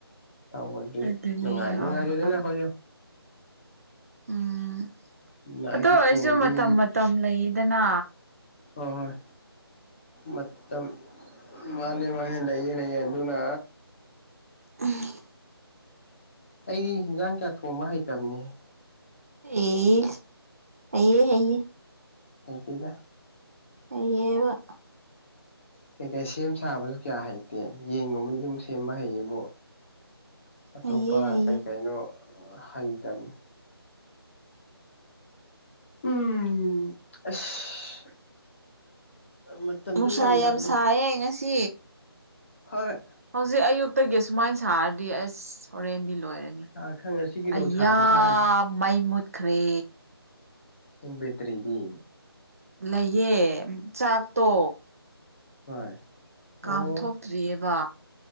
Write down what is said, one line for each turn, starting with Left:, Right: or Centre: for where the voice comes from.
Left: ꯇꯧꯕꯒꯤ
Right: ꯑꯗꯨꯅꯦ
Left: ꯅꯨꯡꯉꯥꯏ
Right: ꯍꯣꯏ
Left: ꯅꯨꯡꯉꯥꯏꯔꯦꯗꯅ
Right: ꯍꯣꯏ
Left: ꯑꯩꯈꯣꯏꯁꯨ
Right: ꯎꯝ
Left: ꯑꯗꯨꯅ ꯑꯩꯁꯨ
Right: ꯑꯗꯣ ꯑꯣꯏꯁꯨ
Left: ꯊꯣꯡꯅꯤ
Right: ꯃꯇꯝ ꯃꯇꯝ ꯂꯩꯌꯦꯗꯅ
Left: ꯑꯣ ꯍꯣꯏ ꯃꯇꯝ ꯎꯝ ꯃꯥꯅꯦ ꯃꯥꯅꯦ ꯅꯩꯌꯦ ꯅꯩꯌꯦ ꯑꯗꯨꯅ
Right: ꯎꯝ
Left: ꯑꯩꯗꯤ ꯍꯤꯟꯖꯥꯡ ꯀꯌꯥ ꯊꯣꯡꯕ ꯍꯩꯇꯕꯅꯤꯍꯦ
Right: ꯏꯁ ꯍꯩꯌꯦ ꯍꯩꯌꯦ
Left: ꯍꯩꯇꯦꯗꯥ
Right: ꯍꯩꯌꯦ <unintelligible>
Left: ꯀꯩ ꯀꯩ ꯁꯦꯝ ꯁꯥꯕꯖꯨ ꯀꯌꯥ ꯍꯩꯇꯦ ꯌꯦꯟꯒꯨꯝꯕꯗꯤ ꯑꯗꯨꯝ ꯁꯦꯝꯕ ꯍꯩꯌꯦꯕꯨ ꯑꯇꯣꯞꯄ
Right: ꯍꯩꯌꯦ ꯍꯩꯌꯦ
Left: ꯀꯩ ꯀꯩꯅꯣ ꯑ ꯍꯩꯇꯕꯅꯦ ꯎꯝ ꯑꯁ ꯃꯇꯝꯗꯣ
Right: ꯅꯨꯡꯁꯥ ꯌꯥꯝ
Left: ꯂꯥꯡꯅꯩ
Right: ꯁꯥꯏꯌꯦ ꯉꯁꯤ
Left: ꯍꯣꯏ
Right: ꯍꯧꯖꯤꯛ ꯑꯌꯨꯛꯇꯒꯤ ꯁꯨꯃꯥꯏ ꯁꯥꯔꯗꯤ ꯑꯁ ꯍꯣꯔꯦꯟꯗꯤ ꯂꯣꯏꯔꯅꯤ
Left: ꯑꯩ ꯈꯪ ꯉꯁꯤꯒꯤ ꯅꯨꯡꯁꯥ
Right: ꯑꯩꯌꯥ
Left: ꯈꯨꯁꯥꯁꯦ
Right: ꯃꯩ ꯃꯨꯠꯈ꯭ꯔꯦ
Left: ꯅꯪ ꯕꯦꯇ꯭ꯔꯤꯗꯤ
Right: ꯂꯩꯌꯦ ꯆꯥꯛꯇꯣ
Left: ꯍꯣꯏ ꯑꯣ
Right: ꯀꯥꯝꯊꯣꯛꯇ꯭ꯔꯤꯑꯕ